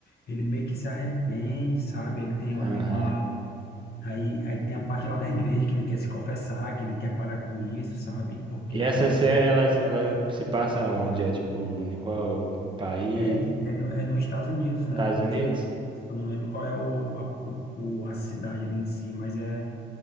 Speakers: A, on the left; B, on the right.
A: ele meio que se arrepende, sabe? Ele tem ali
B: Aham.
A: uma... Aí, aí tem a parte lá da igreja que ele quer se confessar, que ele quer parar com isso, sabe? Porque
B: E
A: acontece
B: essa série, ela, ela se passa onde? É tipo, em qual país?
A: É, é, no, é nos Estados Unidos,
B: Estados
A: né?
B: Unidos?
A: Nos Estados Unidos. Eu não lembro qual é o, a, o- o- a cidade ali em si, mas é,